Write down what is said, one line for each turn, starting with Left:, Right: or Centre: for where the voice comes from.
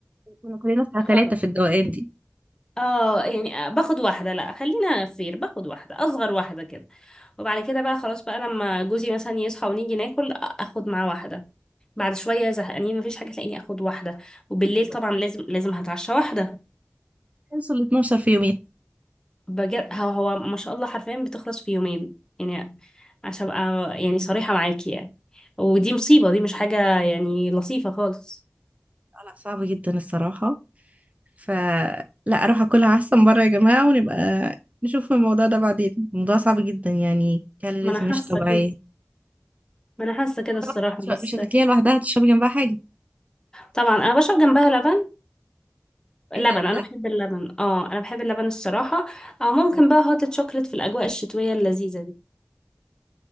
Right: كنا كلنا بتاع
Left: خلاص
Right: ثلاثه في الدوقان دي
Left: اه يعني باخد واحده لا خلينا فير باخد واحده اصغر واحده كده وبعد كده بقى خلاص بقى لما جوزي مثلا يصحى ونيجي ناكل اخد معاه واحده بعد شويه زهقانين مفيش حاجه تلاقيني اخد واحده وبالليل
Right: بالظبط
Left: طبعا لازم لازم هتعشى واحده
Right: خلصوا ال 12 في يومين
Left: بجد هو هو ما شاء الله حرفيا بتخلص في يومين يعني عشان ابقى يعني صريحه معاكي يعني ودي مصيبه دي مش حاجه يعني لطيفه خالص
Right: لا لا، صعب جدا الصراحه فلا اروح اكلها احسن بره يا جماعة ونبقى نشوف الموضوع ده بعدين الموضوع صعب جدا يعني كالوريز
Left: ما انا
Right: مش
Left: حاسه
Right: طبيعية
Left: كده ما انا حاسه كده الصراحه
Right: طبعاً مش
Left: بس
Right: مش هتاكليها لوحدها هتشربي جنبها حاجة
Left: طبعا انا بشرب جنبها لبن لبن
Right: ايه ده بجد
Left: انا بحب اللبن اه انا بحب اللبن الصراحه او ممكن
Right: والله.
Left: بقى هوت شوكليت في الاجواء الشتويه اللذيذه دي